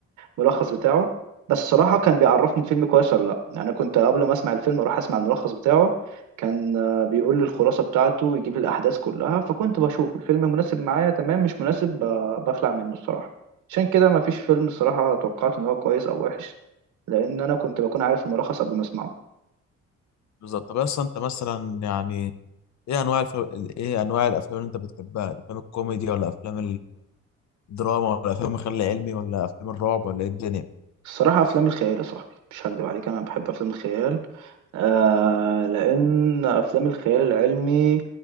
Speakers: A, on the right (about 75°); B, on the left (about 65°).
A: الملخص بتاعه بس الصراحة كان بيعرفني الفيلم كويس ولا لأ يعني أنا كنت قبل ما أسمع الفيلم أروح أسمع الملخص بتاعه كان آه، بيقول لي الخلاصة بتاعته ويجيب لي الأحداث كلها فكنت بشوف الفيلم مناسب معايا تمام مش مناسب ب- بخلع منه الصراحة عشان كده مفيش فيلم الصراحة توقعت إن هو كويس أو وحش لان انا كنت بكون عارف الملخص قبل ما اسمعه
B: بالظبط طب يا اسطى انت مثلا يعني ايه انواع الف... ايه انواع الافلام اللي انت بتحبها الافلام الكوميدي ولا افلام الدراما ولا افلام الخيال العلمي ولا افلام الرعب ولا ايه الدنيا
A: الصراحه افلام الخيال يا صاحبي مش هكدب عليك انا بحب افلام الخيال آه لأن أفلام الخيال العلمي